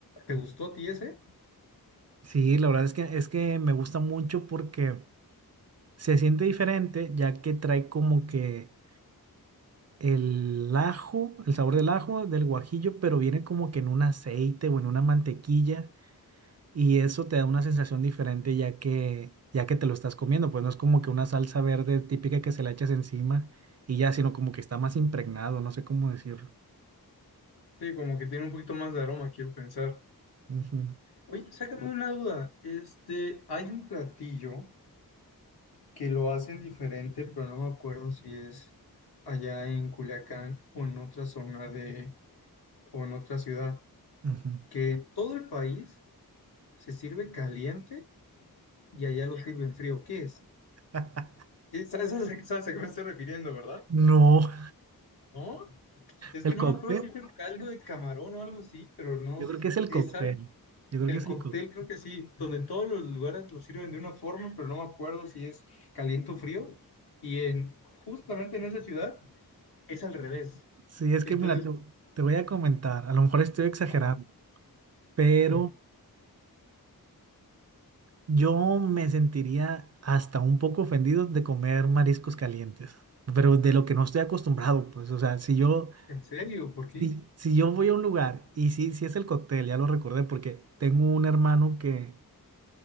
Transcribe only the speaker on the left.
¿Te
gustó a ti ese?
Sí, como que tiene un poquito más de aroma, quiero pensar.
Oye, sácame una duda, este, hay un platillo que lo hacen diferente, pero no me acuerdo si es allá en Culiacán o en otra zona de, o en otra ciudad
que en todo el país se sirve caliente y allá lo sirven frío. ¿Qué es?
¿Qué- ¿Sabes a, la- sabes a qué me estoy refiriendo, verdad?
No, es
que
no me acuerdo si es el caldo de camarón o algo así, pero no
es
al-
el
cóctel,
creo que sí, donde todos los lugares lo sirven de una forma, pero no me acuerdo si es caliente o frío. Y en justamente en esa ciudad es al revés.
Entonces,
ajá,
eh,
¿en serio? ¿Por qué?